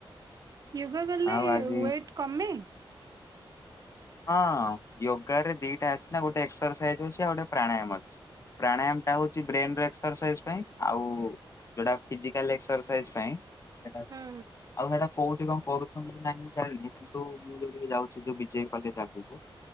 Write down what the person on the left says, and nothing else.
ଆଉ ଆଜି
ହଁ ଯୋଗ ରେ ଦିଟା ଅଛି ନା ଗୋଟେ ଏକ୍ସରସାଇଜ ଅଛି ଆଉ ଗୋଟେ ପ୍ରାଣାୟାମ ଅଛି। ପ୍ରାଣାୟାମ ଟା ହଉଛି ବ୍ରେନ ଏକ୍ସରସାଇଜ ପାଇଁ ଆଉ ଯୋଉଟା ଫିଜିକାଲ ଏକ୍ସରସାଇଜ ପାଇଁ ଆଉ
ସେଇଟା କୋଉଠି କଣ କରୁଛନ୍ତି କି ନାଇଁ ମୁଁ ଜାଣିନି କିନ୍ତୁ ମୁଁ ଯୋଉଠିକି ଯାଉଛି ଯୋଉ ବିଜୟ କଲି ଆଗକୁ